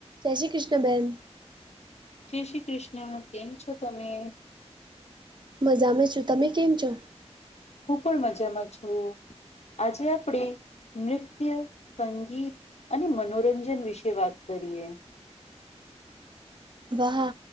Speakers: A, on the right (about 40°); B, on the left (about 70°).
A: જય શ્રી કૃષ્ણબહેન
B: શ્રી શ્રી કૃષ્ણ કેમ છો તમે
A: મજામાં છું તમે કેમ છો
B: હું પણ મજામાં છું આજે આપણે નૃત્ય સંગીત અને મનોરંજન વિશે વાત કરીએ
A: વહા